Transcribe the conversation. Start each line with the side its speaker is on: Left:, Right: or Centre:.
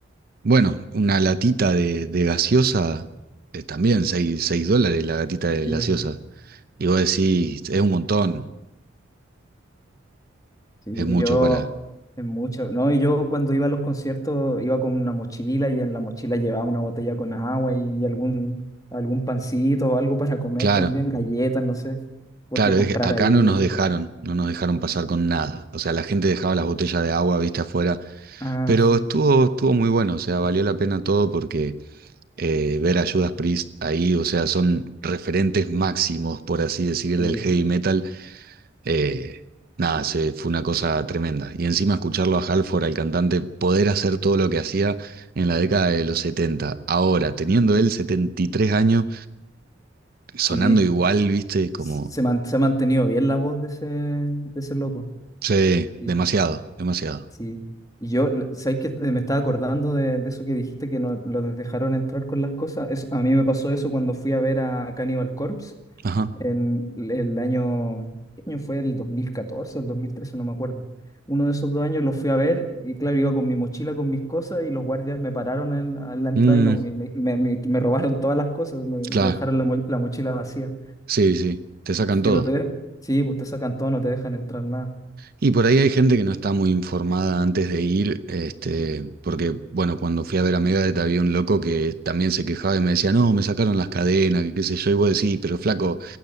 Right: Bueno, una latita de, de gaseosa, eh, también seis seis dólares la latita de
Left: Sí.
Right: gaseosa. Y vos decís, es un montón,
Left: Sí,
Right: es
Left: pues,
Right: mucho
Left: yo
Right: para...
Left: es mucho, ¿no? Y yo cuando iba a los conciertos iba con una mochila y en la mochila llevaba una botella con agua y, algún, algún pancito o algo para comer
Right: Claro,
Left: también, galletas, no sé, porque
Right: claro,
Left: comprar
Right: es que acá
Left: ahí,
Right: no nos dejaron, no nos dejaron pasar con nada. O sea, la gente dejaba las botellas de agua, viste, afuera.
Left: ah,
Right: Pero
Left: sí,
Right: estuvo, estuvo muy bueno, o sea, valió la pena todo porque eh, ver a Judas Priest ahí, o sea, son referentes máximos, por así decir,
Left: sí,
Right: del heavy metal Eh, nada, se, fue una cosa tremenda. Y encima escucharlo a Halford, al cantante, poder hacer todo lo que hacía en la década de los setenta Ahora, teniendo él 73 años, sonando
Left: sí,
Right: igual, viste, como,
Left: se, man- se ha mantenido bien la voz de ese, de ese loco,
Right: sí,
Left: sí,
Right: demasiado, demasiado.
Left: sí. Y yo, la- ¿sabes qué? Eh, Me estaba acordando de, de eso que dijiste que no los dejaron entrar con las cosas. Eso- a mí me pasó eso cuando fui a ver a Cannibal Corpse.
Right: Ajá.
Left: en el año, ¿qué año fue? El 2014 o el dos mil trece no me acuerdo. Uno de esos dos años los fui a ver y claro, iba con mi mochila, con mis cosas y los guardias me pararon en, a la entrada
Right: Mm,
Left: y no, me, me- me- me- me robaron todas las cosas, me, me
Right: claro,
Left: dejaron la, mo- la mochila vacía.
Right: sí, sí, te sacan todo.
Left: Que no te de- Sí, pues te sacan todo, no te dejan entrar nada. <laughs>
Right: Y por ahí hay gente que no está muy informada antes de ir, este, porque, bueno, cuando fui a ver a Megadeth había un loco que también se quejaba y me decía, no, me sacaron las cadenas, que qué sé yo, y vos decís, pero flaco,